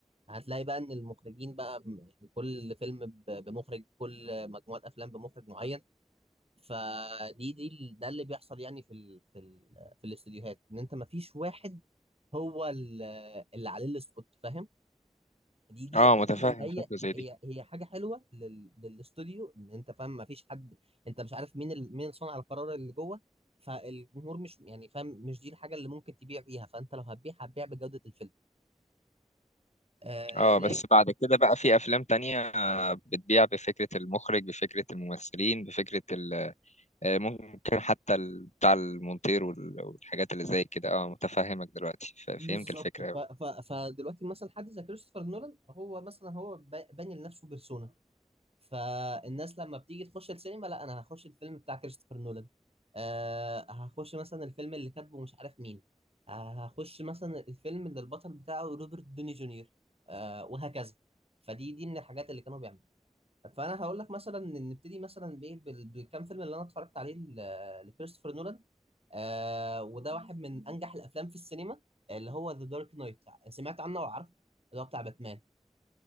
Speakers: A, on the right; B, on the left.
A: هتلاقي بقى ان المخرجين بقى م- كل فيلم ب- بمخرج كل مجموعه افلام بمخرج معين فدي دي ال- ده اللي بيحصل يعني في ال في ال في الاستديوهات ان انت ما فيش واحد هو ال- اللي عليه السبوت فاهم دي دي
B: اه
A: حاسسها
B: متفاهم
A: ان هي
B: فكره زي
A: هي
B: دي
A: هي حاجه حلوه لل- للاستوديو ان انت فاهم ما فيش حد انت مش عارف مين ال- مين صانع القرار اللي جوه فالجمهور مش يعني فاهم مش دي الحاجه اللي ممكن تبيع بيها فانت لو هتبيع هتبيع بجوده الفيلم آه
B: اه
A: لكن
B: بس بعد كده بقى في افلام تانية آه، بتبيع بفكره المخرج بفكره الممثلين بفكره ال- آه، ممكن حتى ال- بتاع المونتير وال- والحاجات اللي زي كده اه متفهمك دلوقتي ف- فهمت
A: بالظبط
B: الفكره
A: ف- ف- فدلوقتي مثلا حد زي كريستوفر نولان هو مثلا هو ب- باني لنفسه بيرسونا فالناس لما بتيجي تخش السينما لا انا هخش الفيلم بتاع كريستوفر نولان أه هخش مثلا الفيلم اللي كاتبه مش عارف مين أه هخش مثلا الفيلم اللي البطل بتاعه روبرت دوني جونيور أه وهكذا فدي دي من الحاجات اللي كانوا بيعملوا فانا هقول لك مثلا إن نبتدي مثلا بايه بال- بالكام فيلم اللي انا اتفرجت عليه ل- لكريستوفر نولان أه وده واحد من انجح الافلام في السينما اللي هو ذا دارك نايت سمعت عنه وعارفه اللي هو بتاع باتمان